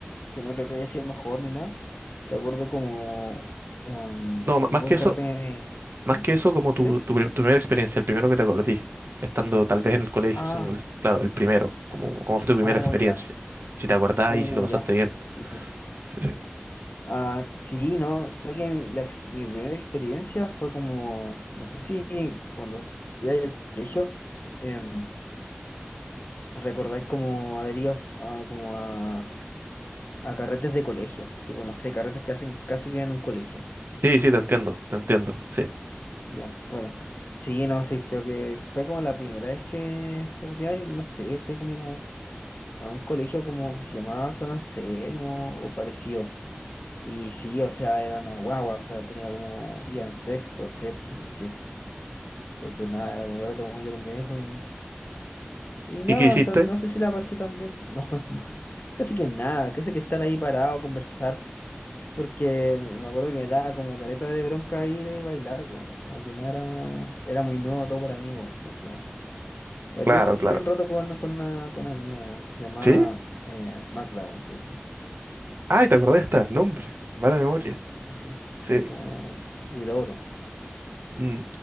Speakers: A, on the left (about 50°); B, on the right (about 60°).
A: que no creo que haya sido el mejor ni nada. Recuerdo como am,
B: No, m-
A: un
B: más
A: buen
B: que eso,
A: carrete.
B: más
A: ¿Ah?
B: que eso como tu,
A: ¿Sí?
B: tu, prim- tu primera experiencia, el primero que te acordí, estando tal vez en el colegio,
A: Ah,
B: siendo, adolesc- claro, el primero, como,
A: ah,
B: cómo fue tu primera
A: oh,
B: experiencia,
A: ya.
B: si te acordás
A: Oh,
B: y si lo pasaste
A: ya.
B: bien.
A: Sí, sí.
B: Sí, sí.
A: Ah, sí, no, creo que mi, la ex- mi primera experiencia fue como, no sé si cuando iba al colegio, em, recordáis como adheridos a, como a, a carretes de colegio, tipo, no sé, carretes que hacen casi que en un colegio. Sí,
B: Sí, sí, te entiendo, te entiendo, sí.
A: ya, bueno. Sí, no, sí, creo que fue como la primera vez que fui a rodear y no sé, fue como a un colegio como que se llamaba San Anselmo o parecido. Y sí, o sea, era una guagua, o sea, tenía como, ya en sexto, séptimo, si es que. Entonces, nada, era como carrete muy de pendejo y, y nada,
B: ¿Y qué hiciste?
A: o sea, no sé si la pasé tan bien. <laughs> No, no, casi que nada, casi que estar ahí parado, conversar, porque me acuerdo que me daba como careta de bronca ir y bailar, weón. Como que no era, era muy nuevo todo para mí, weón. Entonces, bailé
B: Claro,
A: eso sí
B: claro.
A: un rato con, con una, con una mina, weón, que se llamaba
B: ¿Sí?
A: eh, Magda, weón, sí, sí,
B: Ay, te acordé hasta el nombre. Mala memoria.
A: sí, sí, sí, sí,
B: Sí.
A: como Huidobro,
B: Mm.